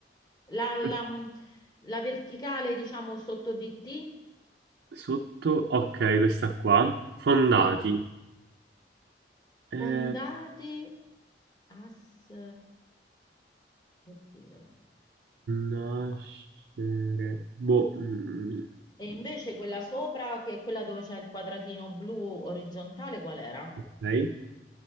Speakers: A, on the left (about 25°); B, on the right (about 75°).
A: La, la-
B: Que-
A: mm, la verticale, diciamo, sotto di T?
B: Sotto, ok, questa qua. Fondati.
A: Sì.
B: Eh,
A: Fondati as... Oddio,
B: nascere.
A: no.
B: Boh. mm,
A: E invece quella sopra, che è quella dove c'è il quadratino blu orizzontale, qual era?
B: Ok.